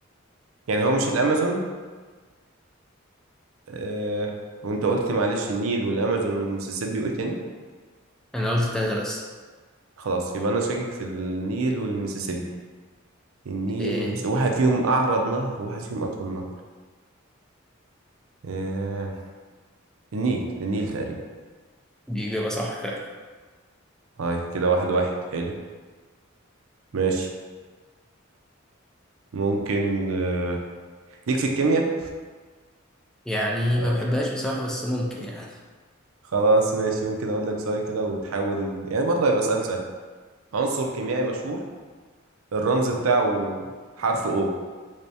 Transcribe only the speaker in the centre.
أنا قلت التلاتة بس
إيه
دي إجابة صح فعلا
يعني
ما بحبهاش بصراحة بس ممكن يعني